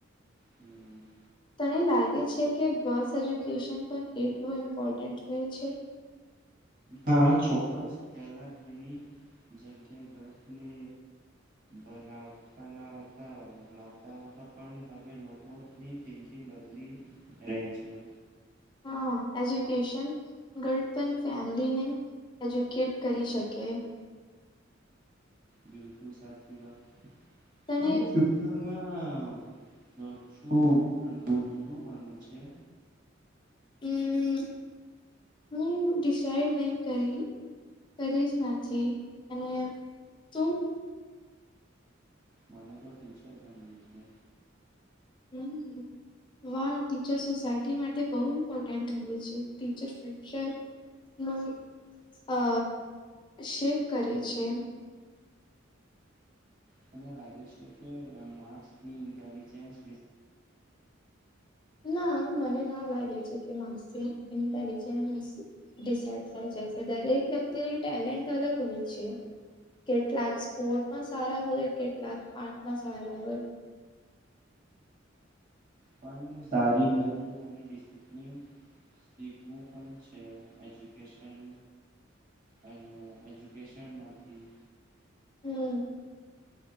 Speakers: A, on the right; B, on the left.
A: હમ.
B: તને લાગે છે કે, ગર્લ્સ એજ્યુકેશન પણ કેટલું ઇમ્પોર્ટન્ટ હોય છે?
A: હા, ચોક્કસ, પહેલા ઘણી જગ્યા ગર્લ્સ ને. બનાવે. ના હતા, ભણાવતા ના હતા, પણ હવે લોકોની થિંકિંગ બદલી. રહી છે.
B: હા, એજ્યુકેશન. ગર્લ પણ ફેમલીને, એજ્યુકેટ કરી શકે.
A: બિલકુ, લ સાચી વાત,
B: તને
A: અરે ફ્યુચર માં તો શું ભણવું? શું ભણવું છે?
B: હમ, હું ડિસાઈડ નહી કરી. કરીશ, નાચી અને શું?
A: મને તો ટીચર બનવું છે.
B: હમ. વાહ ટીચર સોસાયટી માટે બહુ ઇમ્પોર્ટન્ટ હોય છે, ટીચર ફ્યુચર નું અ શેક કરે છે.
A: મને લાગે છે કે, માર્ક્સ ઇન્ટેલજન્સ
B: ના, મને ના લાગે છે કે, માસી ઇન્ટેલિજન્સ ડિસઇડ થાય જાય સે, દરેક વ્યક્તિની ટેલેન્ટ અલગ હોય છે. કેટલાક સ્પોર્ટમાં સારા હોય, કેટલાક આર્ટમાં સારા હોય.
A: પણ સારી વેલ્યુ અને ડિસિપ્લિન. શીખવું પણ છે, એજ્યુકેશન અને એજ્યુકેશન માંથી
B: હમ્મ.